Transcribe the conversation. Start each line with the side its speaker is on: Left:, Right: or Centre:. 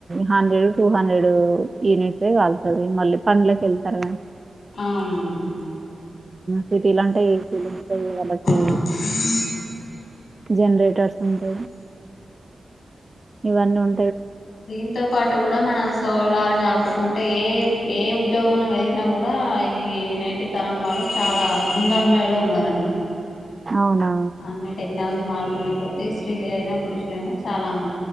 Right: హండ్రెడు టూ హం డ్రెడు యూనిట్సే కాల్తాది వె మళ్ళీ పండ్లకి వెళ్తారుగా
Left: అవునవును
Right: సిటీలో అంటే ఏసి లు ఉంటాయి వాళ్ళకి
Left: ఆ
Right: జనరేటర్స్ ఉంటాయి ఇవన్నీ ఉం
Left: దీంతో పాటు కూడా మనం సోలారుగా పెట్టుకుంటే ఏ ఏ ఉద్యోగంలో వెళ్ళినా కూడా ఈ నేటి తరం వాళ్ళు చాలా ముందంజలో ఉన్నారనమాట
Right: అవునా
Left: అన్ని టెక్నాలజీ మార్ తున్న కొద్దీ స్త్రీలయినా పురుషులైనా చాలా